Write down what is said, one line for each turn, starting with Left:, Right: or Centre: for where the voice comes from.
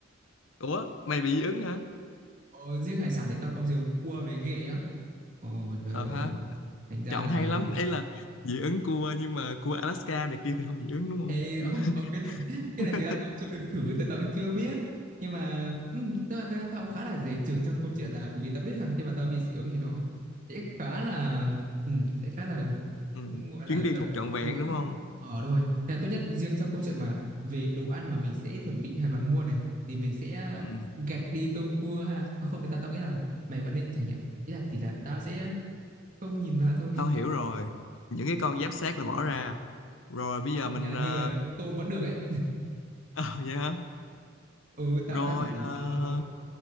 Left: ủa mày bị dị ứng hả
Right: Ờ, riêng hải sản thì tao có dị ứng cua với ghẹ á. Ồ trời
Left: ờ
Right: ơi,
Left: ha
Right: thành ra
Left: chọn
Right: là
Left: hay lắm ấy là dị ứng cua nhưng mà cua Alaska này kia thì không dị ứng đúng không
Right: Ê,
Left: Kiểu-
Right: không, không, cái này, <laughs> cái
Left: <laughs>
Right: này thì ra tao chưa được thử, tao, tao cũng chưa biết. Nhưng mà, ừ, tức là tao, tao cũng khá là dè chừng trong câu chuyện là, bởi vì tao biết rằng khi mà tao bị dị ứng thì nó sẽ khá là, ừ, sẽ khá là,
Left: ừ.
Right: cũng gọi
Left: chuyến
Right: là cần
Left: đi không
Right: phải
Left: trọn
Right: vào
Left: vẹn
Right: viện
Left: đúng
Right: á.
Left: không
Right: Ờ, đúng rồi. Nên là tốt nhất riêng trong câu chuyện mà về đồ ăn mà mình sẽ chuẩn bị hoặc là mua này, thì mình sẽ
Left: ừ.
Right: gạch đi tôm cua ha. Hoặc không thì tao, tao nghĩ là mày vẫn nên trải nghiệm. Ý là chỉ là tao sẽ không nhìn vào thôi.
Left: tao hiểu rồi những cái con
Right: Ờ,
Left: giáp xác là bỏ ra rồi bây
Right: hay
Left: giờ
Right: không
Left: mình
Right: nha,
Left: ờ,
Right: như là tôm vẫn được ấy.
Left: <laughs> ờ, vậy hả
Right: Ừ, tao,
Left: rồi
Right: tao chỉ dùng
Left: ờ,
Right: cua thôi.